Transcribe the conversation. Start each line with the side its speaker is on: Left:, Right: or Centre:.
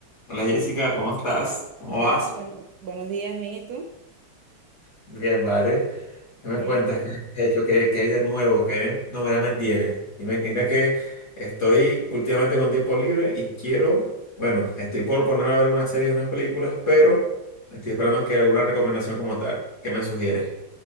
Left: Hola Jessica, ¿cómo estás? ¿Cómo
Right: Hola,
Left: vas?
Right: bueno, buenos días, bien, ¿y tú?
Left: Bien, vale. ¿Qué
Right: Cuéntame.
Left: me cuentas? ¿Qué has hecho? ¿Qué, qué hay de nuevo? ¿Qué novedad me tienes? Dime, mira que estoy últimamente con tiempo libre y quiero, bueno, estoy por ponerme a ver unas series, unas películas, pero estoy esperando que alguna recomendación como tal. ¿Qué me sugieres?